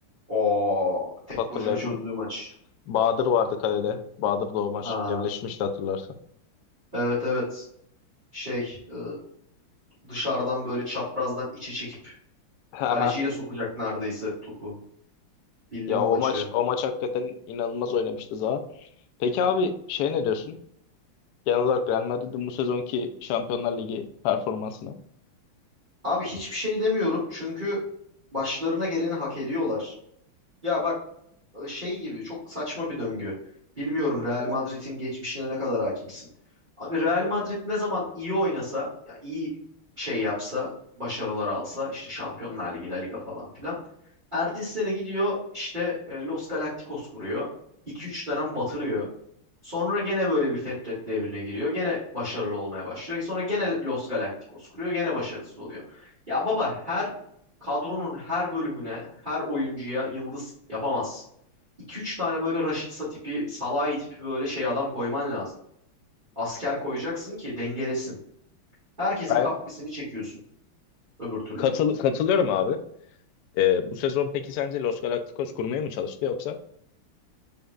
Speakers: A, on the right; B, on the left.
A: O tek
B: hatırlayayım.
A: başına çözdüğü maç.
B: Bahadır vardı kalede. Bahadır da o maç
A: Ha,
B: evleşmişti hatırlarsan.
A: evet evet. Şey e, dışarıdan böyle çaprazdan içi çekip
B: <laughs>
A: kaleciyle sokacak neredeyse topu. Bildim
B: Ya
A: o
B: o
A: maçı.
B: maç o maç hakikaten inanılmaz oynamıştı Zaha. Peki abi şey ne diyorsun? Genel olarak Real Madrid'in bu sezonki Şampiyonlar Ligi performansına.
A: Abi hiçbir şey demiyorum çünkü başlarına geleni hak ediyorlar. Ya bak şey gibi çok saçma bir döngü. Bilmiyorum Real Madrid'in geçmişine ne kadar hakimsin. Abi Real Madrid ne zaman iyi oynasa, ya iyi şey yapsa, başarılar alsa işte Şampiyonlar Ligi, La Liga falan filan. Ertesi sene gidiyor işte e, Los Galacticos kuruyor. iki üç dönem batırıyor. Sonra gene böyle bir Fetret devrine giriyor. Gene başarılı olmaya başlıyor. Sonra gene Los Galacticos kuruyor. Gene başarısız oluyor. Ya baba her kadronun her bölümüne, her oyuncuya yıldız yapamazsın. 2 üç tane böyle Rashica tipi, Salahi tipi böyle şey adam koyman lazım. Asker koyacaksın ki dengelesin. Herkesin
B: Ben
A: kaprisini çekiyorsun öbür türlü.
B: katıl katılıyorum abi. Ee, bu sezon peki sence Los Galacticos kurmaya mı çalıştı yoksa